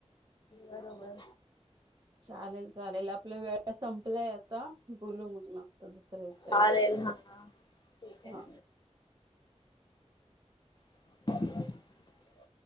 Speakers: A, on the left (about 35°); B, on the right (about 35°).
A: बरोबर
B: चालेल चालेल आपल्या वेळा संप आपलाय आता बोलू म्हग मॅम तर दुसऱ्या याच्यावर
A: चालेल हा ठीक आहे.
B: हां.
A: <inaudible>